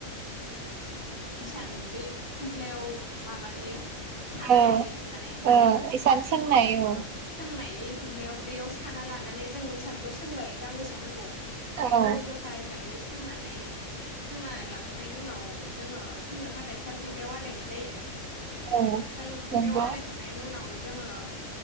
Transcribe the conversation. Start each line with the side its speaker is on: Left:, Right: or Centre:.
Left: इसान बै फुमफ्लायाव माबायो साना
Right: औ
Left: लायो माने इसान
Right: ओ सोंनाय
Left: ओ
Right: औ
Left: सोंनाय खम्लायाव बेयाव साना लानानै जों इसानखौ सोंबाय गांबेसे नांगौ माने
Right: औ
Left: गावनि जखा हिसाबै सोंनानै सोंनानै लाखांनायनि उनाव जो जोङो सोंनो थाखाय साल खुन्थायाव आलायनाय जायो
Right: औ
Left: सालुं खुन्थायाव
Right: नंगौ
Left: आलायखांनायनि उनाव जो जोङो